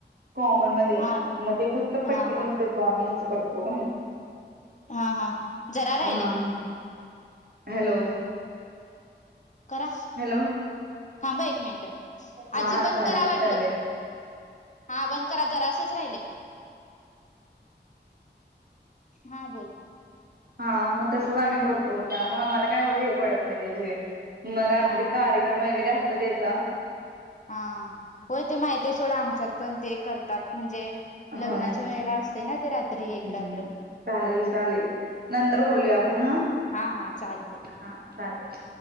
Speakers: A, on the right; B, on the left.
A: कॉमन मध्ये
B: हा
A: ते मधी फक्त
B: हा
A: पट्टी
B: हा
A: तेन देतो, आम्ही अस करतो.
B: हा हा, जरा
A: हा
B: राहिलय
A: हॅलो,
B: करा,
A: हॅलो
B: थांब एक मिनट
A: हा
B: आजी बंद
A: चालेल
B: करा वाटल
A: चालेल
B: तर हा, बंद करा जरासच राहिलय. हा, बोल
A: हा, मग तसच आम्ही करतो. त्यामुळ आम्हाला काय एवढं हे पडत नाही, ते जे म, रात्री
B: हा हा
A: कार्यक्रम वगैरे असत तेच
B: हा, होय ते माहिती सोड आमच्यात पण ते करतात म्हणजे
A: होय
B: लग्नाच्या वेळेला असतय, ना ते रात्री एक
A: हम्म
B: रात्र.
A: चालेल चालेल नंतर बोलूया
B: हा
A: आपण
B: हा हा, चालतंय.
A: हा चालेल.